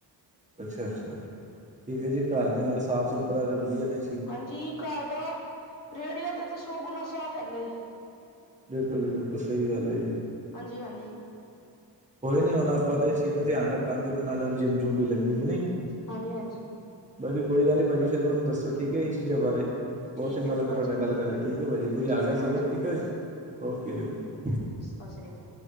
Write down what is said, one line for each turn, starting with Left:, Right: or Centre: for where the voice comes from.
Right: ਅੱਛਾ-ਅੱਛਾ ਠੀਕ ਐ ਜੀ, ਕਾਰ ਦੇ ਨਾਲ ਸਾਫ਼ ਸੁਥਰਾ ਤੇ ਵਧੀਆ ਤੇ
Left: ਹਾਂਜੀ, ਕਾਰ ਦਾ ਰੇਹੜਿਆਂ ਤੋਂ ਤਾਂ ਸੌ ਗੁਣਾ ਸਾਫ਼ ਰਹਦਾ ਏ
Right: ਬਿਲਕੁਲ ਜੀ ਬਿਲਕੁਲ ਸਹੀ ਗੱਲ ਐ ਜੀ।
Left: ਹਾਂਜੀ-ਹਾਂਜੀ।
Right: ਕੋਈ ਨੀ ਹੁਣ ਆਪਾਂ ਤਾਂ ਇਸ ਚੀਜ਼ ਦਾ ਧਿਆਨ ਰੱਖਾਂਗੇ ਤੇ ਨਾਲ ਹੁਣ ਜਿੰਮ ਜੁਮ ਵੀ ਲੱਗੇਗੀ ਨਹੀਂ
Left: ਹਾਂਜੀ ਹਾਂਜੀ
Right: ਬਾਕੀ ਕੋਈ ਗੱਲ ਨਹੀਂ ਭਾਜੀ ਫਿਰ ਮੈਨੂੰ ਦੱਸੋ ਠੀਕ ਐ ਇਹ ਚੀਜ਼ਾਂ ਬਾਰੇ
Left: ਠੀਕ
Right: ਬਹੁਤ ਚੰਗਾ
Left: ਹੈ ਜੀ
Right: ਲੱਗਾ
Left: ਭਾਜੀ
Right: ਤੁਹਾਡੇ ਨਾਲ ਗੱਲ ਕਰਕੇ ਠੀਕ ਐ ਭਾਜੀ, ਕੋਈ
Left: ਠੀਕ
Right: ਆ ਗਿਆ
Left: ਹੈ
Right: ਸੀਗਾ
Left: ਭਾਜੀ
Right: ਠੀਕ ਐ ਜੀ ਓਕੇ ਜੀ ਓਕੇ
Left: ਸਤਿ ਸ਼੍ਰੀ ਅਕਾਲ।